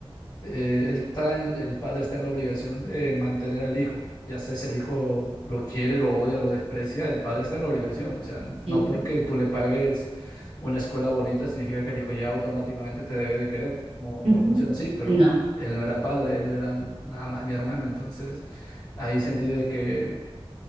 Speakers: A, on the left; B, on the right.
A: eh, él está en- el padre está en la obligación de mantener al hijo, ya sea si el hijo lo quiere, lo odia, lo desprecia, el padre está en la obligación. O sea, no
B: Sí.
A: porque tú le pagues una escuela bonita significa que el hijo ya automáticamente te debe de querer. No,
B: ujú,
A: no funciona así, pero
B: No.
A: él no era padre, él era nada más mi hermano. Entonces, ahí sentí de que,